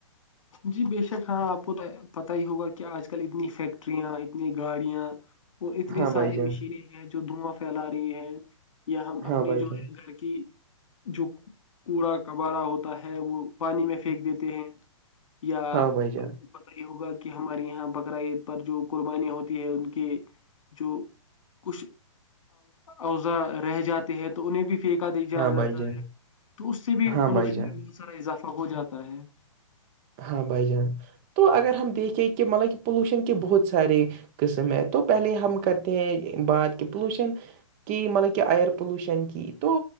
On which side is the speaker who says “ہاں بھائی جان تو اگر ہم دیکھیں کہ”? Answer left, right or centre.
Right